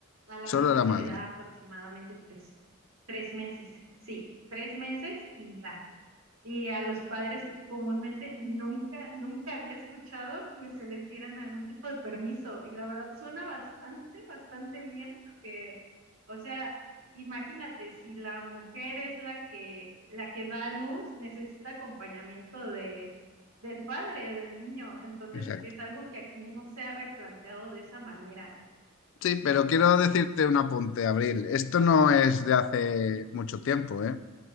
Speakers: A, on the right (about 75°); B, on the left (about 60°).
A: A la
B: Solo
A: madre
B: la
A: se
B: madre,
A: le da aproximadamente tres, tres meses. Sí, tres meses y ya. Y a los padres comúnmente nunca, nunca había escuchado que se les dieran algún tipo de permiso. Y la verdad suena bastante, bastante bien porque, o sea, imagínate, si la mujer es la que, la que da a luz, necesita acompañamiento de, del padre, del niño. Entonces
B: exacto.
A: es algo que aquí no se ha replanteado de esa manera.
B: Sí, pero quiero decirte un apunte, Abril. Esto no es de hace mucho tiempo, ¿eh?